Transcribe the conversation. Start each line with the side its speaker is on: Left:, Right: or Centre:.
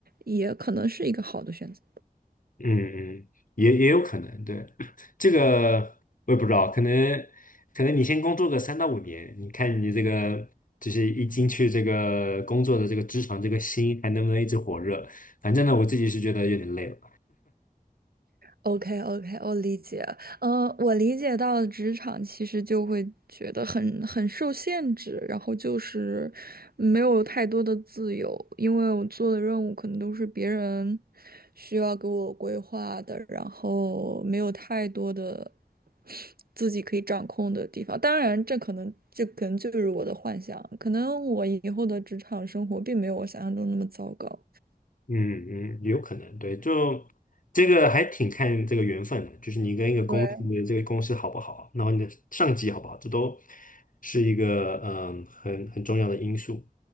Right: 也可能是一个好的选择。
Left: 嗯嗯，也也有可能，对，这个我也不知道，可能可能你先工作个三到五年，你看你这个就是一进去这个工作的这个职场这个心还能不能一直火热？反正呢，我自己是觉得有点累了。
Right: OK OK，我理解。呃，我理解到职场其实就会觉得很很受限制，然后就是没有太多的自由，因为我做的任务可能都是别人需要给我规划的，然后没有太多的自己可以掌控的地方。当然，这可能这可能就是我的幻想，可能我以后的职场生活并没有我想象中那么糟糕。
Left: 嗯嗯，有可能，对，就这个还挺看这个缘分的，就是你跟一个公司你的这个公司好不好，
Right: 对。
Left: 然后你的上级好不好，这都是一个嗯很很重要的因素。